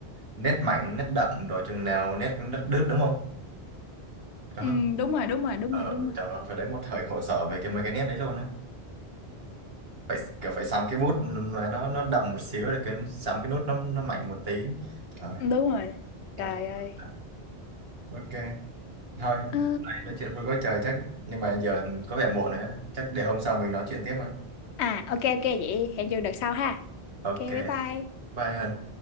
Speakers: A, on the right; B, on the left.
A: nét mạnh nét đậm rồi chừng nào nét nét đứt đúng không có
B: ừ, đúng rồi đúng rồi đúng
A: ờ
B: rồi đúng rồi
A: trời ơi, phải đấy một thời khổ sở về cái mấy cái nét đấy luôn á phải kiểu phải sắm cái bút mà nó nó đậm một xíu để cái sắm cái nút nó nó mạnh một tí trời
B: <laughs> đúng rồi trời
A: một
B: ơi
A: à, ok thôi
B: Ờ,
A: đấy, nói chuyện vui quá trời chắc nhưng mà giờ có vẻ muộn rồi á chắc để hôm sau mình nói chuyện tiếp mà
B: à ok ok vậy hẹn giờ đợt sau ha
A: ok
B: ok bye bye
A: bye Hân